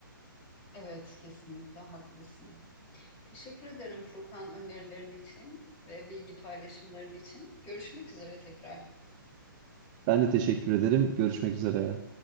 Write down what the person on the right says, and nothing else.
Ben de teşekkür ederim. Görüşmek üzere.